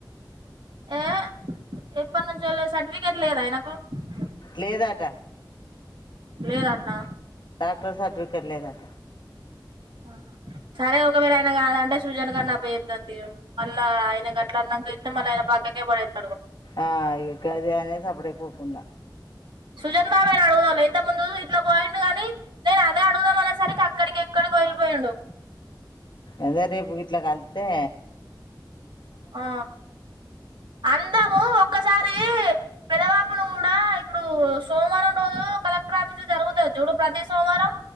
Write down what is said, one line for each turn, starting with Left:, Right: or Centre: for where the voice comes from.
Right: యే య్ ఎప్పనుంచెల్లో సర్టిఫికెట్ లేద్ అయిన కు <unintelligible>
Left: లేదట
Right: లేదాట్న
Left: తో సర్టిఫికెట్ లేదట
Right: ఆ సరే ఒగవేళ ఆయన గాదంటే సృజన గన్న అప్పజెప్పుదం తీ మళ్ళా ఆయన గట్ల అన్నంక ఇస్తే మళ్ళీ ఆయన పక్కకే పడేత్
Left: ఆ ఇగ అది అనేసి అప్పుడు <inaudible> ఉన్నా
Right: సుజన్ బాబాయ్ ను అడుగుదాంలే ఇంతకముందు ఇ ఇట్లా పోయిండు గాని నేను అదే అడుగుదాం అనేసరికి అక్కడికి ఎక్కడికొ వెళ్ళిపోయిండు
Left: అదే రేపు గిట్ల కలు త్తే
Right: ఆ అందాము ఒక్కసారీ పెదబాపును కూడా ఇప్పుడు సోమవారం రోజు కలెక్టర్ ఆఫీస్ జరుగుతాది చూడు ప్రతి సోమవారం